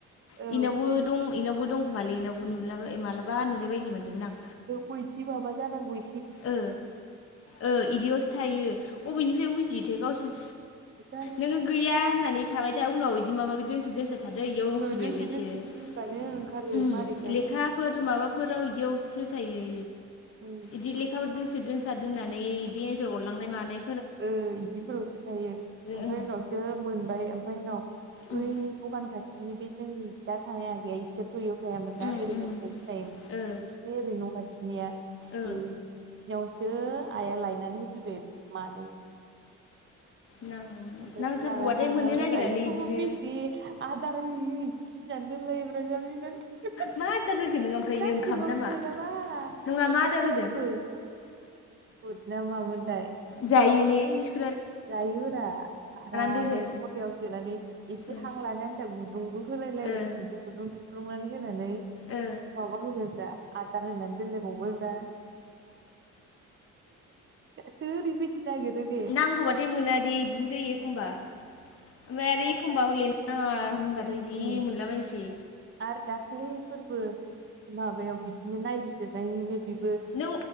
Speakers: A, on the right; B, on the left.
A: औ
B: बेनावबो दं इनावबो दंखोमालै बेनावबो नुला माबलाबा नुनाय बायदि मोनदोंमोन आं।
A: गयथि बाबा जानांगौ गय
B: ओ ओ बिदियावसो थायो अबेनिफ्राय उजियैथाये गावसोर
A: बे
B: नोङो गैया होननानै थाबाय था उनाव बिदि माब माबायदि दोनथोदोंसै? थादो इयाव उजिबाय
A: दोनसे
B: बेसो
A: दोनसे दोनबानो ओंखारो मारैथाय
B: लेखाफोर माबाफोर फोराव बिदियावस्रि थायो।
A: उम
B: बिदि लेखाफोर दोंस दोनसार दोननानै बिदि एन्जर अरलांनाय मानाय
A: उम बिदिफोरावसो थायो ओमफ्राय
B: ओं
A: उनावसो मोनबाय ओमफ्राय उनाव
B: उम
A: ओइ दखान खाथिनि बे जों दा थानाय आगैया इसोर याव थायामोन नना
B: उम
A: ओरै
B: उम
A: मोनसेयावसो थायोमोन
B: ओ
A: बिसिनि ओरै न' खाथिनिया
B: ओ
A: बिसिनावसो आइआ लायनानै होफैबाय मानै।
B: नांगौ
A: ओमफ्रायसो
B: नांथारगौबाथाय
A: लानानै थांनो
B: मोननो
A: हाबायब
B: नागिरालै
A: बेखौबो
B: इदिनो
A: बेसे आदार हो फिसिनानै दोनलायब्र जाबायमोन।
B: मा आदार होखो नों ओमफ्राय
A: नागिरबाबो
B: ओंखाम नामा
A: मोनाबा
B: नङा
A: ओंखाम
B: मा आदार
A: होआखै
B: होदों
A: गुद ना मामोनथाय?
B: जायनि <unintelligible>
A: जायोरा आराम
B: दोनो
A: आरो खथायाव सोनानै। एसे
B: ओ
A: हां लानाय आथा गुदुंबो होलाय लायबाय
B: ओ
A: गुदुं गुदुं दुदुं थुखुंनानै होनानै
B: ओ
A: माबा होबब्रा आदार होनानै दोनलायबावबाया सोरैबायायदिनो नागिरो। दे
B: नांगौबाथाय मोना दे बिदिनो जायो। एखमबा ओमफ्राय आरो एखमबा हले नाङा होनबाथाय जि
A: उम
B: मोनलाबायनोसै।
A: आरो दाख्लै फोरबो माबायाव बिदिनो नायबिजिरनायनिनो बेबो
B: नों